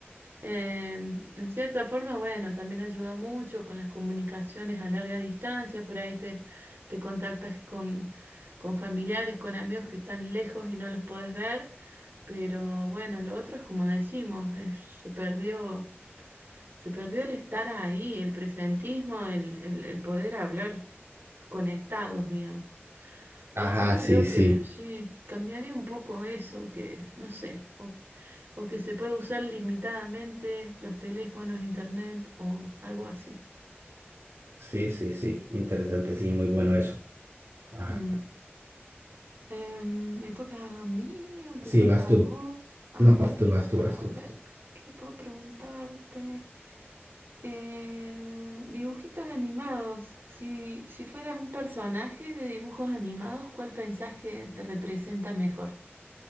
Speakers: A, on the right; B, on the right.
A: Em, en cierta forma, bueno, también ayudó mucho con las comunicaciones a larga distancia, por ahí te, te contactas con, con familiares, con amigos que están lejos y no los podés ver, pero bueno, lo otro es como decimos, es- se perdió, se perdió el estar ahí, el presentismo, el, el el poder hablar conectados, digamos.
B: Ajá,
A: Eh, Así que creo
B: sí, sí.
A: que sí, cambiaría un poco eso, que no sé, o, o que se puede usar limitadamente los teléfonos, internet o algo así.
B: Sí, sí, sí. Interesante, sí, muy bueno eso. Ajá.
A: Mm. Em, ¿me toca a mí o te
B: Sí,
A: toca
B: vas tú.
A: a vos? A
B: No, vas
A: mí,
B: tú, vas tú,
A: a
B: vas tú, vas
A: ver,
B: tú.
A: ¿qué puedo preguntarte? Eh, dibujitos animados. Si, si fueras un personaje de dibujos animados, ¿cuál pensás que te representa mejor?